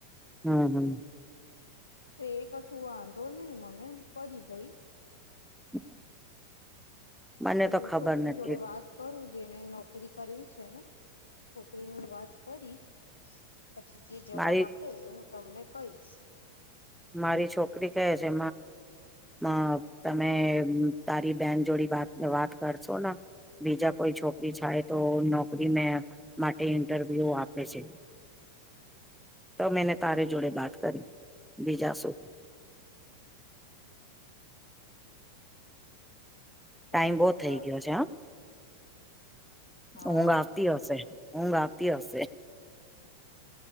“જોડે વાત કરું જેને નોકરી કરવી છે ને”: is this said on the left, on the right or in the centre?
Left